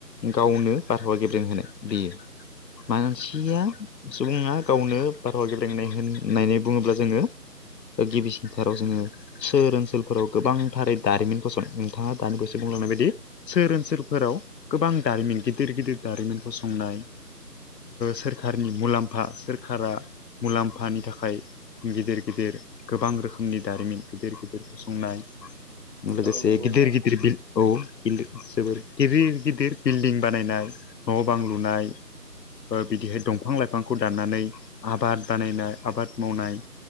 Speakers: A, on the left; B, on the right.
A: गावनो बारहावा गेब्रें होनाय बियो मानसिया सुबुङा गावनो बारहावा गेबलेनाय होननानै बुङोब्ला जोङो गिबिसिनथाराव जोङो ओनसोलाव फोराव गोबांथारै दारिमिन फसन नोंथाङा दानिबोसो बुंलांनाय बायदि सोर ओनसोलफोराव गोबां दारिमिन गिदिर गिदिर दारिमिन फसंनाय सोरखारनि मुलाम्फा सोरखारा मुलाम्फानि थाखाय गिदिर गिदिर गोबां रोखोमनि दारिमिन गिदिर गिदिर फसंनाय लोगोसे
B: औ नंगौ नोंथां
A: गिदिर गिदिर बिल औ जोबोर गिदिर गिदिर बिल्डिं बानायनाय न' बां लुनाय बिदिहाय दंफां लाइफांखौ दाननानै आबाद बानायनाय आबाद मावनाय